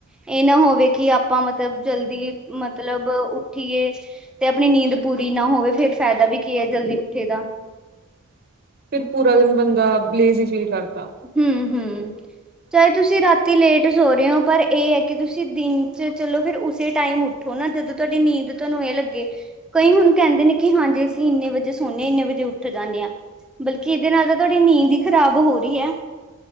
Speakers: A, in the centre; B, on the right.
A: ਇਹ ਨਾ ਹੋਵੇ ਕਿ ਆਪਾਂ ਮਤਲਬ ਜਲਦੀ ਮਤਲਬ ਉੱਠੀਏ- ਤੇ ਆਪਣੀ ਨੀਂਦ ਪੂਰੀ ਨਾ ਹੋਵੇ, ਫੇਰ ਫਾਇਦਾ ਵੀ ਕੀ ਹੈ ਜਲਦੀ ਉੱਠੇ ਦਾ।
B: ਫੇਰ ਪੂਰਾ ਦਿਨ ਬੰਦਾ ਲੇਜ਼ੀ ਫੀਲ ਕਰ-
A: ਹੂੰ- ਹੂੰ ਚਾਹੇ ਤੁਸੀਂ ਰਾਤ- ਤੀ ਲੇਟ ਸੋ ਰਹੇ ਹੋ, ਪਰ ਇਹ ਹੈ ਕਿ ਤੁਸੀਂ ਦਿਨ 'ਚ ਚਲੋ ਫੇਰ ਉਸੇ ਟਾਈਮ ਉੱਠੋ ਨਾ ਜਦੋਂ ਤੁਹਾਡੀ ਨੀਂਦ ਤੁਹਾਨੂੰ ਇਹ ਲੱਗੇ- ਕਈ ਹੁਣ ਕਹਿੰਦੇ ਨੇ, ਕਿ ਹਾਂਜੀ ਅਸੀਂ ਇੰਨੇ ਵਜੇ ਸੋਨ ਹਾਂ ਇੰਨੇ ਵਜੇ ਉੱਠ ਜਾਂਦੇ ਹਾਂ। ਬਲਕਿ ਇਹਦੇ ਨਾਲ ਤਾਂ ਤੁਹਾਡੀ, ਨੀਂਦ ਹੀ ਖ਼ਰਾਬ ਹੋ ਰਹੀ ਹੈ।